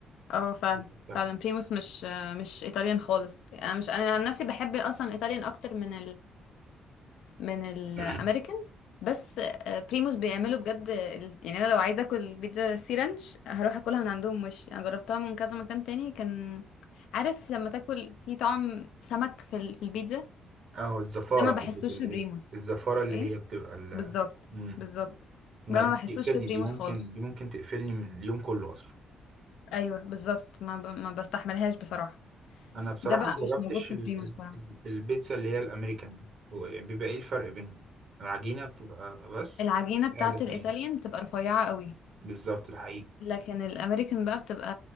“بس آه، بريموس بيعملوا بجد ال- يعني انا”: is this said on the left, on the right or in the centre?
Left